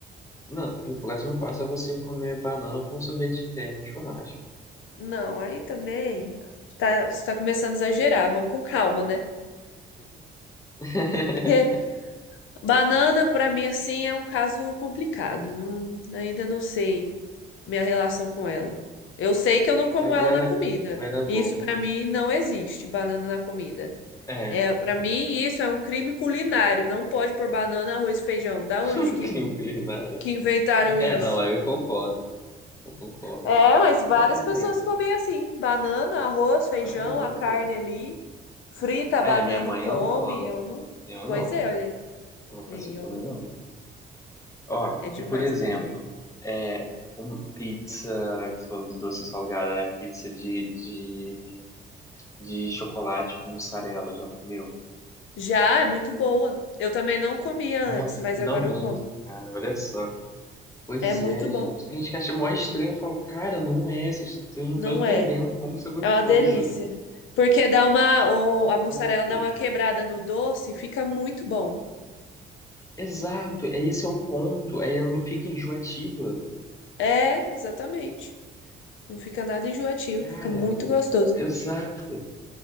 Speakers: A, on the left; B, on the left.
A: Não, e o próximo passo é você comer banana com sorvete de creme, no churrasco.
B: Não, aí também tá, você tá começando a exagerar, vamos com calma, né?
A: <laughs>
B: Porque banana, pra mim, assim, é um caso complicado. não- ainda não sei minha relação com ela. Eu sei que eu não como
A: Vai, vai,
B: ela na comida.
A: vai dar boa.
B: Isso, pra mim, não existe, banana na comida.
A: É,
B: É, para mim, isso é um crime culinário. Não pode pôr banana, arroz e feijão.
A: <laughs>
B: Da onde que,
A: crime culinário.
B: que inventaram
A: É,
B: isso?
A: não, aí eu concordo, eu concordo.
B: É, mas várias
A: E, por exemplo,
B: pessoas comem assim: banana, arroz, feijão,
A: ai não,
B: a carne
A: cruzes.
B: ali, frita a
A: É,
B: banana
A: minha mãe,
B: e come.
A: ela come.
B: Eu não.
A: Eu não,
B: Pois é, olha
A: eu não consigo
B: aí. Eu
A: também
B: não.
A: não. Ó,
B: É demais
A: e por exemplo,
B: pra mim.
A: é, um, pizza, que você falou do doce salgada, né? Pizza de, de, de chocolate com mussarela, já comeu?
B: Já é muito boa. Eu também não comia
A: Nossa,
B: antes, mas
A: finalmente,
B: agora eu como.
A: cara, olha só. Pois
B: É muito
A: é,
B: bom.
A: gente. Tem gente que acha mó estranho. Eu falo, cara, não é. Vocês vocês não
B: Não
A: estão entendendo
B: é?
A: como isso é gostoso.
B: É uma delícia. Porque dá uma. o-
A: Exato.
B: a mussarela dá uma quebrada no doce, e fica muito bom.
A: Exato. É esse é o ponto. Aí ela não fica enjoativa.
B: É, exatamente. Não fica nada enjoativo,
A: Cara,
B: fica muito gostoso.
A: exato.